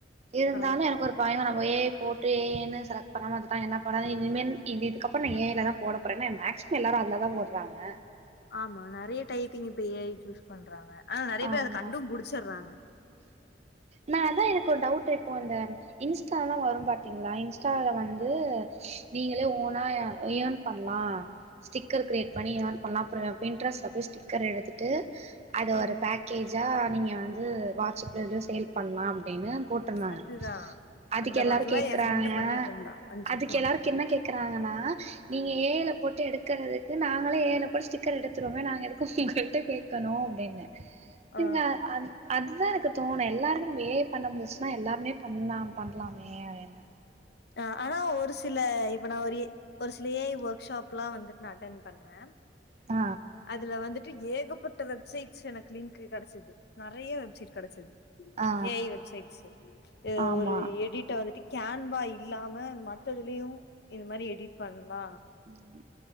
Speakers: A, on the right; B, on the left.
A: இருந்தாலு
B: ஆ
A: எனக்கு ஒரு பயோ நம்ம ஏ ஐ போட்டு ஏ ஐன்னு செலக்ட் பண்ணாம விட்டுட்டா என்ன பண்ணது இனிமேல் இனி இதுக்கப்புறோ நா ஏ ஐலதா போட போறே எனா மேக்ஸ்சிமம் எல்லாரு அதுலதா போட்றாங்க
B: ஆமா நறைய டைப்பிங் இப்ப ஏ ஐ சூஸ் பண்றாங்க ஆனா நறைய
A: ஆமா
B: பேர் அத கண்டும்புடிச்சர்றாங்க
A: நா அத்தா எனக்கு ஒரு டவுட்டு இப்போ அந்த இன்ஸ்டால்லா வரு பாத்தீங்களா இன்ஸ்டால வந்து நீங்களே ஓனா ஏர்ன் பண்ணலா ஸ்டிக்கர் க்ரியேட் பண்ணி ஏர்ன் பண்ணலா அப்றோ பின்ட்ரெஸ்ட்ல போய் ஸ்டிக்கர் எடுத்துட்டு அத ஒரு
B: ம்
A: பேக்கேஜா நீங்க வந்து வாட்ஸ்அப்ல வந்து சேல் பண்ணலா அப்டின்னு போட் ருந்தாங்க
B: அதுதா
A: அதுக்கு
B: அந்த
A: எல்லாரு
B: மாரிலா
A: கேக்குறாங்க
B: எ ஃப்ரெண்டு பண்ணிட்டு இருந்தா ஒன்ஸ்
A: அதுக்கு
B: அப்பான்
A: எல்லாரு
B: எ டைம்
A: என்ன கேக் றாங்கன்னா நீங்க ஏ ஐல போட்டு எடுக்கறதுக்கு நாங்களே ஏ ஐல போய் ஸ்டிக்கர் எடுத்துருவோமே நாங்க எதுக்கு உங்கள்ட்ட கேக் கணு அப்டின்னு
B: ஆ
A: இங்க அது அதுதா எனக்கு தோணு எல்லாருமே நம்ம ஏ ஐ பண்ண முச்சுன்னா எல்லாருமே பண்ணலா பண்ணலாமே ஏ ஐன்னு
B: ஆ ஆனா ஒரு சில இப்ப நா ஒரு ஏ ஒரு சிலே ஏ ஐ ஒர்க்ஷாப்ல்லா வந்துட் நா அட்டென் பண்ணே
A: ஆ
B: அதுல வந்துட்டு ஏகப்பட்ட வெப்சைட்ஸ் எனக்கு லிங்க்கு கெடச்சது நறைய வெப்சைட் கெடச்சது
A: ஆ
B: ஏ ஐ வெப்சைட்ஸ்ஷூ
A: ஆமா
B: ஒரு எடிட்ட வந்துட்டு கேன்வா இல்லாம மற்றதுலயு இது மாரி எடிட் பண்ணலா
A: ம்